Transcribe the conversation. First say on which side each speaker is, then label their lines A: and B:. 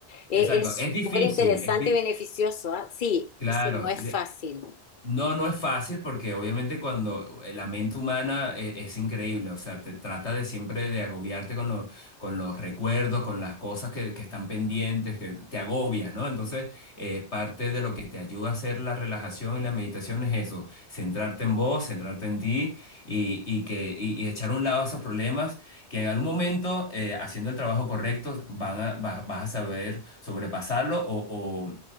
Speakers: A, on the left (about 50°); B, on the left (about 85°).
A: Eh,
B: exacto.
A: es
B: Es difícil,
A: súper interesante
B: es di-
A: y beneficioso, ¿ah? Sí,
B: claro,
A: sí, no es fácil.
B: No, no es fácil porque obviamente cuando eh, la mente humana eh, es, increíble, o sea, te trata de siempre de agobiarte con los, con los recuerdos, con las cosas que, que están pendientes, que te agobias, ¿no? Entonces, eh, parte de lo que te ayuda a hacer la relajación y la meditación es eso, centrarte en vos, centrarte en ti y, y que, y, y echar a un lado esos problemas que en algún momento, eh, haciendo el trabajo correcto, van a, vas, vas a saber sobrepasarlo o o,